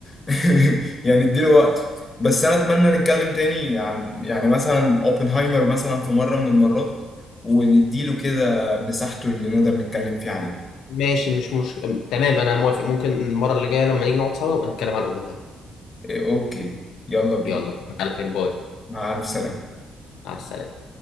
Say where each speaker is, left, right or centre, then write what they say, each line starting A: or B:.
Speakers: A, on the left (about 25°); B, on the left (about 85°).
A: <laughs> يعني اديله وقته بس انا اتمنى نتكلم تاني عن يعني مثلا اوبنهايمر مثلا في مره من المرات ونديله كده مساحته اللي نقدر نتكلم فيه عليها
B: ماشي مش مش تمام انا موافق ممكن المره اللي جايه لما نيجي نقعد سوا نبقى نتكلم عن اوبنهايمر
A: إيه، اوكي يلا بينا
B: يلا على خير باي
A: مع الف سلامه
B: مع السلامة